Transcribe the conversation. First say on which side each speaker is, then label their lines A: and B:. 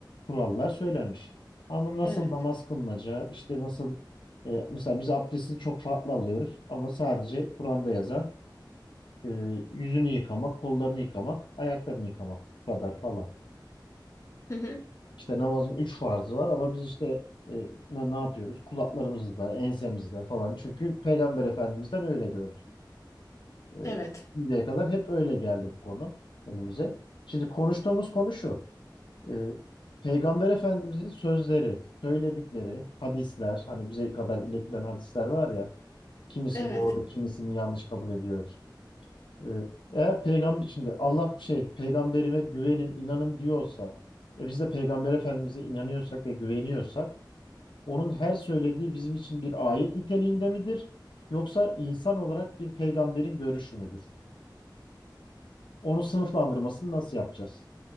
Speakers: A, on the left; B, on the left.
A: kurallar söylenmiş. Ama nasıl
B: Evet.
A: namaz kılınacağı işte nasıl e, mesela biz abdesti çok farklı alıyoruz ama sadece Kur'an'da yazan ee, yüzünü yıkamak, kollarını yıkamak, ayaklarını yıkamak. Bu kadar falan.
B: Hı hı.
A: İşte namazın üç farzı var ama biz işte e, ne, ne yapıyoruz? Kulaklarımızda, ensemizde falan. Çünkü Peygamber Efendimiz'den öyle gördük. Ee,
B: Evet.
A: şimdiye kadar hep öyle geldi bu konu önümüze. Şimdi konuştuğumuz konu şu. Ee, Peygamber Efendimiz'in sözleri, söyledikleri hadisler, hani bize kadar iletilen hadisler var ya, kimisi
B: Evet.
A: doğru, kimisini yanlış kabul ediyoruz. Ee, Eğer peygamber şimdi Allah şey peygamberime güvenin inanın diyorsa ve biz de peygamber efendimize inanıyorsak ve güveniyorsak onun her söylediği bizim için bir ayet niteliğinde midir? Yoksa insan olarak bir peygamberin görüşü müdür? Onu sınıflandırmasını nasıl yapacağız?